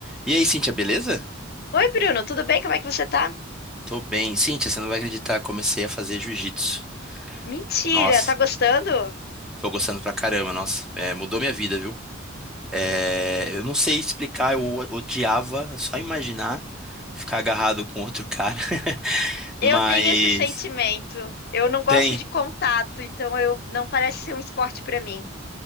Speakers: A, in the centre; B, on the left.
A: E aí, Cíntia, beleza?
B: Oi, Bruno, tudo bem? Como é que você tá?
A: Tô bem. Cíntia, você não vai acreditar, comecei a fazer jiu-jitsu.
B: Mentira,
A: Nossa,
B: tá gostando?
A: tô gostando pra caramba, nossa. É, mudou minha vida, viu? É, eu não sei explicar, eu o- odiava é só imaginar ficar agarrado com outro cara. <laughs>
B: Eu
A: Mas
B: tenho esse sentimento. Eu não gosto
A: tem.
B: de contato, então eu não parece ser um esporte pra mim.